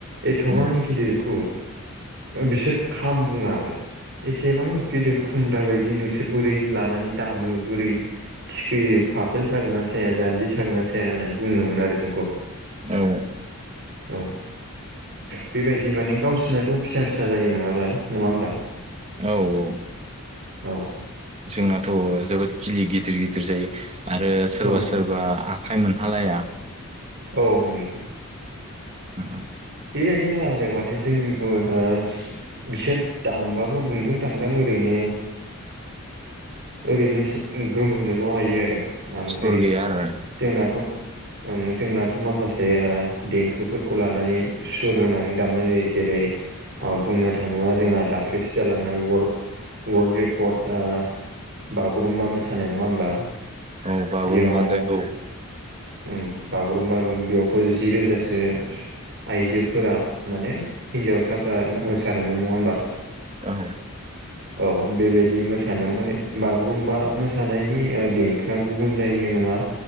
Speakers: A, on the right (about 55°); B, on the right (about 30°).
A: एथ'बां
B: औ
A: गिदिरखौ बिसोर खाम बुङा आरो एसेबां गेदेर खुन्द्रा बायदि नोंसोर बोरै लानानै दामो बोरै थिखोयो फाफेल सागोना साया जान्जि सागोना साया होननानै बुङोमोन आरो जोंखौ
B: औ
A: औ बेबायदि माने गावसोरनाथ' फिसा फिसा जायो नङालाय नङा होमबा
B: औ
A: औ
B: जोंनाथ' जोबोद खिलि गिदिर गिदिर जायो आरो सोरबा
A: औ
B: सोरबा जेनबा आखाइ मोनहालाया
A: औ नंगौ
B: औ
A: बेबायदि नङा आरो माने जोंनिखौ ओम बिसोर दामबाबो दुंदुं दांदां ओरैनो ओरैनो सो गोमहोनोल' हायो आरो ओमफ्राय
B: सुर गैया आरो
A: जोंनाथ' ओ जोंनाथ' माखासे देंखोफोरखौ लानानै सुर होनानै दामनाय जायो जेरै ओ बुंनो थाङोबा जोंहा दाख्लैसो जालांनाय वर्ल्ड वर्ल्ड रेकर्ड ओ बागुरुम्बा मोसानाय नङा होमबा
B: औ बागुरुम्बा
A: बेयाव
B: दोहौ
A: उ बागुरुम्बा दं बेयावथ' जि रोजासो आइजोफोरा माने हिन्जावसाफ्रा मोसादोंमोन नङा होमबा।
B: औ
A: औ बेबायदि मोसानायाव माने बागुरुम्बा मोसानायनि ओ देंखोआ गुबुन जायो नङा